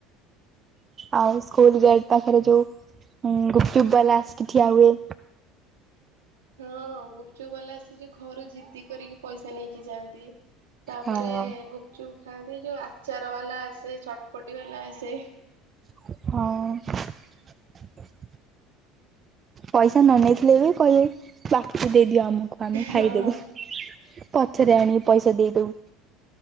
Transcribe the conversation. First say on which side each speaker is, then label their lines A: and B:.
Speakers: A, on the right; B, on the right.
A: ଆଉ ସ୍କୁଲ ଗେଟ୍ ପାଖରେ ଯୋଉ ହୁଁ ଗୁପଚୁପ ବାଲା ଆସିକି ଠିଆ ହୁଏ।
B: ହଁ ଗୁପଚୁପ ବାଲା ଆସିଚି ଘରୁ ଜିଦ୍ଦି କରିକି ପଇସା ନେଇକି ଯାଆନ୍ତି। ତାପରେ
A: ହଁ।
B: ଗୁପଚୁପ ଖାଆନ୍ତି ଯୋଉ ଆଚାର ବାଲା ଆସେ ଚଟପଟି ବାଲା ଆସେ।
A: ହଉ ପଇସା ନ ନେଇଥିଲେ ବି କହିଲେ ବାକି ଦେଇଦିଅ ଆମକୁ ଆମେ ଖାଇଦେବୁ।
B: ହଁ
A: ପଛରେ ଆଣିକି ପଇସା ଦେଇଦଉ।